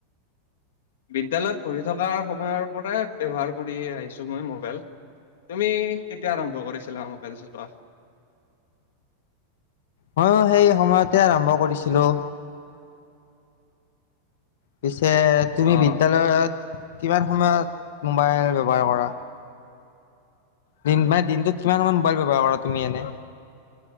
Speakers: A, on the left (about 80°); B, on the left (about 70°).
A: বিদ্যয়ালয়ত পঢ়ি থকাৰ সময়ৰ পৰাই ব্য্য়ৱহাৰ কৰি আহিছো মই মোবাইল। তুমি কেতিয়া আৰম্ভ কৰিছিলা মোবাইল চলোৱা?
B: ময়ো সেই সময়তে আৰম্ভ কৰিছিলোঁ। পিছে তুমি
A: অহ
B: বিদ্য়ালয়ত কিমান সময়ত, মোবাইল ব্যৱহাৰ কৰা? দিন মানে দিনটোত কিমানান মোবাইল ব্যৱহাৰ কৰা তুমি এনে?